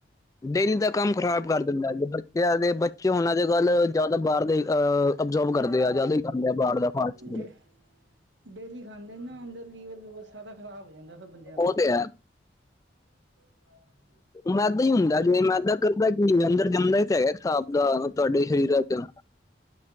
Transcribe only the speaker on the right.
ਡੇ ਡੇਲੀ ਖਾਂਦੇ ਨਾ ਅੰਦਰ ਲੀਵਰ ਲੂਵਰ ਸਾਰਾ ਖਰਾਬ ਹੋ ਜਾਂਦਾ। ਬੰਦਿਆਂ
ਦਾ,
<inaudible>